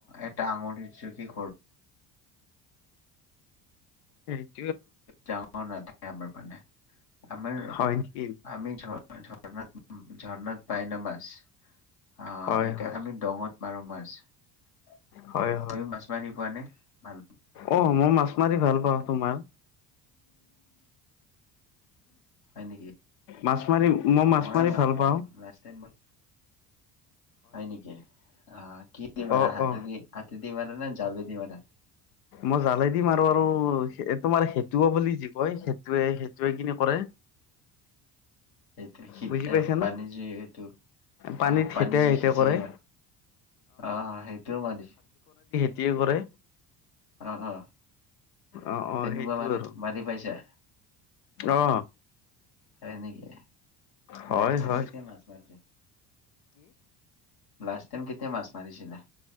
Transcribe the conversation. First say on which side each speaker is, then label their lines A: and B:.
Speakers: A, on the left; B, on the left.
A: এটা আঙুলিৰ <unintelligible>
B: হেৰি
A: ডাঙৰ নাথাকে আমাৰ মানে আমাৰ
B: হয় নেকি
A: আমি ঝণাত ঝৰ্ণাত পাই ন মাছ, অঁ
B: হয়
A: সেই
B: হয়
A: আমি দঙত মাৰো মাছ। তুমি
B: হয় হয়
A: মাছ মাৰি পোৱানে? ভাল
B: অ মই মাছ মাৰি ভাল পাওঁ তোমাৰ।
A: হয় নেকি?
B: মাছ মাৰি মই
A: অ
B: মাছ
A: মইয়ো
B: মাৰি ভাল পাওঁ।
A: লাষ্ট টাইম মই হয় নেকি? অ কিহে দি মাৰা?
B: অ
A: হাতে
B: অ
A: দি হাতে দি মাৰা নে জালে দি মাৰা?
B: মই জালে দি মাৰো আৰু তোমাৰ সেটোও বুলি যি কয় সেইটোৱে সেইটোৱে কিনি কৰে।
A: সেইটো হিত
B: বুজি পাইছানে
A: এ পানী যি এইটো
B: পানীত
A: আহ পানী
B: হেতিয়া
A: যি
B: হেতিয়া
A: সিচি
B: কৰে
A: কে মাৰ? আহ অ সেইটোও মাৰিছোঁ।
B: কি কৰে
A: অ অ
B: অ অ
A: তেনেকুৱা
B: সেইটো
A: মানে
B: আৰু
A: মাৰি পাইছা
B: অ
A: হয় নেকি
B: হয়
A: লাষ্ট টাইম
B: হয়
A: কেতিয়া মাছ মাৰিছে লাষ্ট টাইম কেতিয়া মাছ মাৰিছিলা